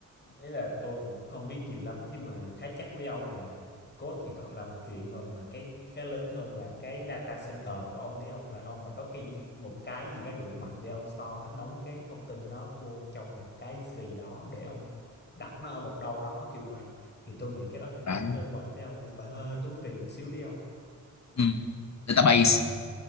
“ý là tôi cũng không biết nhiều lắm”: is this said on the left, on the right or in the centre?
Left